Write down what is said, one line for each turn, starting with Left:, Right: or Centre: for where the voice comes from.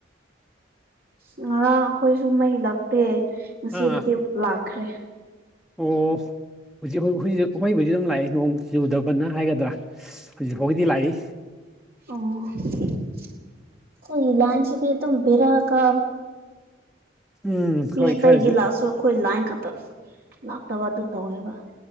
Right: ꯑ ꯉꯔꯥꯡ ꯑꯩꯈꯣꯏꯁꯨ ꯃꯩ ꯂꯛꯇꯦ ꯉꯁꯤꯕꯨꯗꯤ
Centre: ꯑꯥ
Right: ꯂꯥꯛꯈ꯭ꯔꯦ
Centre: ꯑꯣ ꯍꯧꯖꯤꯛ ꯍꯧꯖꯤꯛ ꯍꯣꯏꯕꯨꯗꯤ ꯑꯗꯨꯝ ꯂꯥꯛꯏ ꯅꯣꯡ ꯆꯨꯖꯨꯗ ꯐꯅ ꯍꯥꯏꯒꯗ꯭ꯔꯥ ꯍꯧꯖꯤꯛ ꯐꯥꯎꯒꯤꯗꯤ ꯂꯥꯛꯏ
Right: ꯑꯣ ꯑꯩꯣꯏ ꯂꯥꯟꯆꯗꯦꯇ ꯄꯤꯔꯥ ꯀꯥ
Centre: ꯎꯝ
Right: ꯃꯤ
Centre: ꯍꯣꯏ
Right: ꯑꯇꯩꯒꯤ
Centre: ꯈꯔꯁꯨ
Right: ꯂꯥꯛꯑꯁꯨ ꯑꯩꯈꯣꯏ ꯂꯥꯏꯟ ꯈꯛꯇ ꯂꯥꯛꯇꯕ ꯑꯗꯨ ꯇꯧꯋꯦꯕ